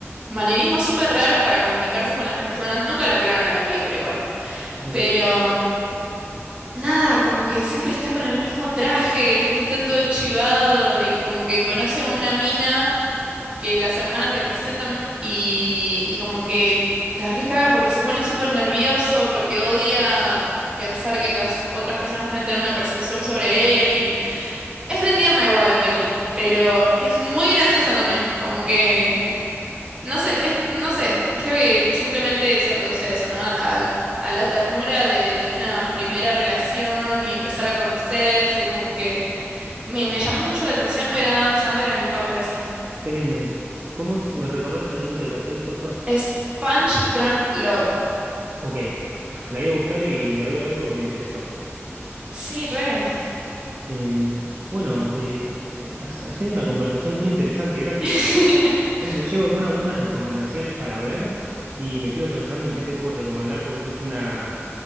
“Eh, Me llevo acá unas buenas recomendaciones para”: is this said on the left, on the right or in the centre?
Right